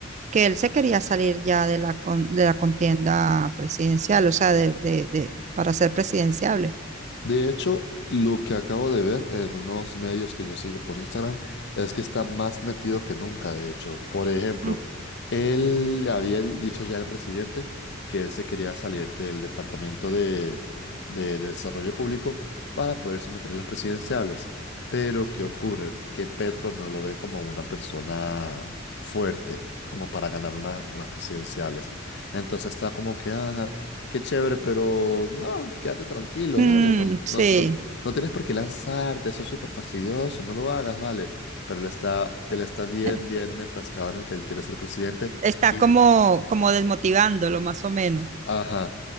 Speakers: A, on the right (about 35°); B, on the left (about 60°).
A: que él se quería salir ya de la, con- de la contienda presidencial, o sea, de, de, de- para ser presidenciable.
B: De hecho, lo que acabo de ver en unos medios que yo sigo por Instagram es que está más metido que nunca, de hecho. Por ejemplo,
A: Mm,
B: él había di- dicho ya al presidente que él se quería salir del Departamento de, de Desarrollo Público para poderse meter en las presidenciales. Pero, ¿qué ocurre? Que Petro no lo ve como una persona fuerte, como para ganar una- unas presidenciales. Entonces está como que, "Ah, qué chévere, pero no, quédate tranquilo,
A: mm,
B: dale, no,
A: sí,
B: no, no, no tienes por qué lanzarte, eso es súper fastidioso, no lo hagas, vale. Pero él está, él está bien,
A: eh,
B: bien enfrascado en el que él quiere ser presidente
A: está
B: y
A: como, como desmotivándolo, más o menos.
B: Ajá.